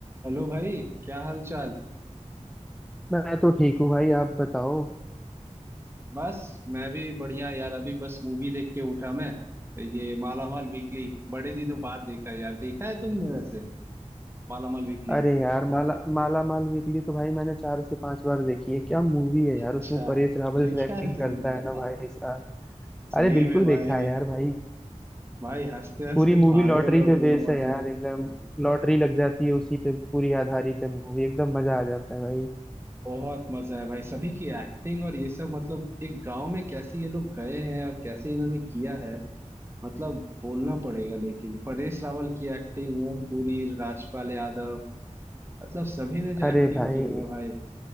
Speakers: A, on the right; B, in the centre.
A: हेलो भाई क्या हाल चाल
B: मैं तो ठीक हूँ भाई आप बताओ
A: बस मैं भी बढ़िया यार अभी बस मूवी देख के उठा मैं ये माला माल वीकली बड़े दिनों बाद देखा यार देखा है तुमने वैसे माला माल वीकली
B: अरे यार माला माला माल वीकली तो भाई मैंने चार से पांच बार देखी है क्या मूवी है यार
A: अच्छा
B: उसमें परेश रावल
A: देखा
B: जो एक्टिंग
A: है
B: करता
A: तुमने
B: है ना भाई साहब
A: सही
B: अरे बिल्कुल
A: में भाई
B: देखा है यार भाई
A: भाई हंसते हंसते
B: पूरी मूवी
A: पागल
B: लॉटरी
A: हो
B: पे
A: गया
B: बेस
A: हूँ,
B: है
A: मतलब
B: यार एकदम लॉटरी लग जाती है उसी पे पूरी आधारित है मूवी एकदम मजा आ जाता है भाई
A: बहुत मजा है भाई सभी की एक्टिंग और ये सब मतलब एक गांव में कैसे ये लोग गए हैं और कैसे इन्होंने किया है मतलब बोलना पड़ेगा लेकिन परेश रावल की एक्टिंग ओम पुरी राजपाल यादव मतलब सभी ने जो
B: अरे
A: एक्टिंग
B: भाई
A: की है ना भाई